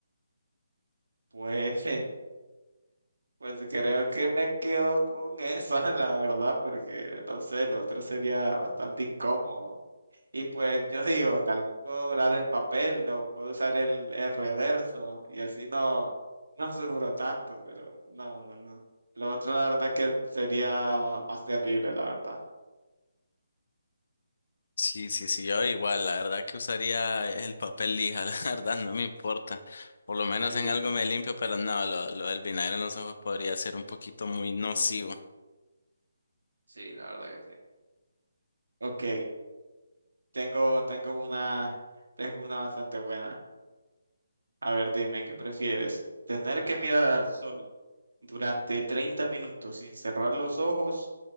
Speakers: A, on the right; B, on the left.
A: Pues <laughs> Pues creo que me quedo con esa, <laughs> la verdad, porque no sé, lo otro sería bastante incómodo. Y pues yo digo, tal vez puedo volar el papel o puedo usar el, el reverso y así no, <laughs> no sufro tanto, pero no, no, no. Lo otro, la verdad, que sería más terrible, la verdad.
B: Sí, sí, sí, yo igual, la verdad que usaría el papel lija, <laughs> la verdad no me importa. Por lo menos
A: Sí,
B: en algo
A: sí,
B: me limpio, pero no, lo, lo del vinagre en los ojos podría ser un poquito muy nocivo.
A: sí, la verdad que sí. Ok, tengo, tengo una, tengo una bastante buena. A ver, dime, ¿qué prefieres? ¿Tener que mirar al sol? durante 30 minutos sin cerrar los ojos